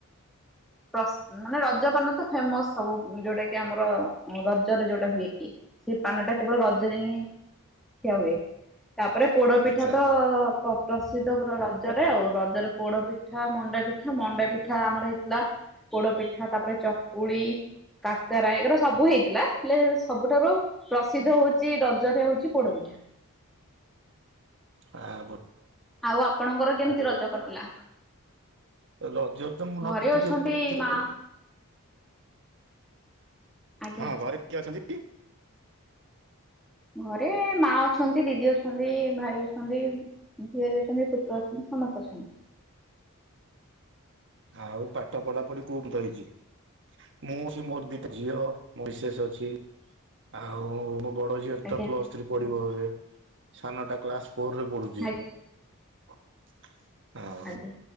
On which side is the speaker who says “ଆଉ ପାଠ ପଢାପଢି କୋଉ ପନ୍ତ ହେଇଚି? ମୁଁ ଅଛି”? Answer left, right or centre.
Right